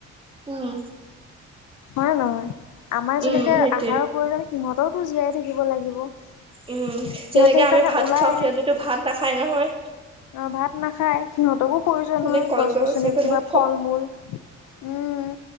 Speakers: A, on the right (about 20°); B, on the left (about 80°).
A: উম
B: হয়ে নহয় আমাৰ
A: উম
B: যেনেকে
A: সেইটোৱে
B: আহাৰৰ প্ৰয়োজন সিহঁতেও তো জীয়াই থাকি। লাগিব
A: উম
B: সিহঁতে
A: যেনেকে
B: সেইকাৰণে
A: আমি ভাত
B: ওলাই
A: খাওঁ
B: আহে
A: সিহঁতেতো ভাত নাখায় নহয়
B: অ ভাত নাখায়। সিহঁতকো প্ৰয়োজন
A: সিহঁতে
B: হয়,
A: কলগছ
B: গছ গছনিত
A: এইবিলাক
B: কিবা ফল মূল। উম,